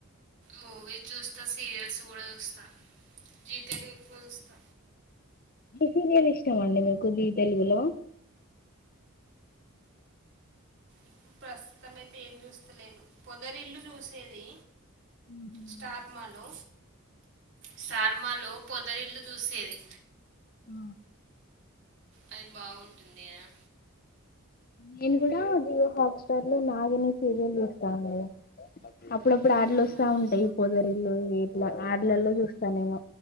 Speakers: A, on the right; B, on the left.
A: మూవీస్ చూస్తా సీరియల్స్ కూడా చూస్తా జీ తెలుగు ఎక్కువ చూస్తా
B: ఈ సీరియల్ ఇష్టమండి మీకు జీ తెలుగులో
A: ఇప్పుడు ప్రస్తుతం అయితే ఏం చూస్తలేను పొదరి ఇల్లు చూసేది
B: ఉహ
A: స్టార్ మాలో స్టార్ మాలో పొదరిల్లు చూసేది
B: ఆ
A: అది బాగుంటుంది కాదా
B: నేను కూడా జియో హాట్స్టార్ లో నాగిని సీరియల్ చూస్తాను కదా అప్పుడప్పుడు ఆడ్లు
A: కదా
B: వస్తా
A: ఆహా.
B: ఉంటాయి పదరిల్లు ఇల ఆడలల్లో చూస్తా నేను